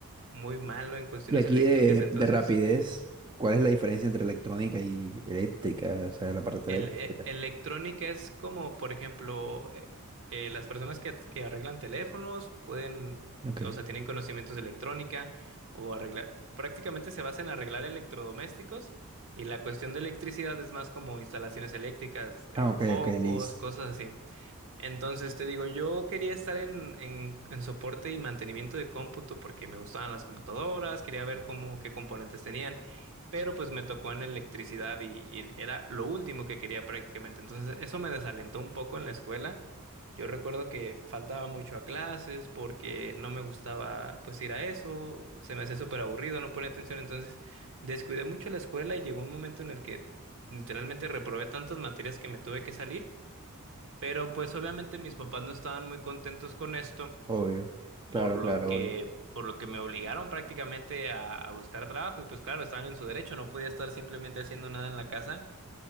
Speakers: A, on the right (about 60°); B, on the right (about 20°).
A: muy malo en cuestiones
B: Y aquí
A: eléctricas,
B: de,
A: entonces
B: de rapidez, ¿cuál es la diferencia entre electrónica y eléctrica? O sea, la parte
A: El,
B: eléctrica.
A: e-
B: y tal.
A: electrónica es como, por ejemplo, eh, eh, las personas que, que arreglan teléfonos pueden,
B: Ok.
A: o sea, tienen conocimientos de electrónica o arreglar, prácticamente se basa en arreglar electrodomésticos y la cuestión de electricidad es más como instalaciones eléctricas, eh,
B: Ah, ok,
A: focos,
B: ok, listo.
A: cosas así. Entonces te digo, yo quería estar en, en, en soporte y mantenimiento de cómputo porque me gustaban las computadoras, quería ver cómo, qué componentes tenían, pero pues me tocó en electricidad y, y era lo último que quería prácticamente. Entonces eso me desalentó un poco en la escuela. Yo recuerdo que faltaba mucho a clases porque no me gustaba pues ir a eso, se me hacía súper aburrido, no ponía atención, entonces descuidé mucho la escuela y llegó un momento en el que literalmente reprobé tantas materias que me tuve que salir. Pero pues obviamente mis papás no estaban muy contentos con esto,
B: Obvio. Claro,
A: por lo
B: claro,
A: que,
B: obvio.
A: por lo que me obligaron prácticamente a, a buscar trabajo. Y pues claro, estaban en su derecho, no podía estar simplemente haciendo nada en la casa.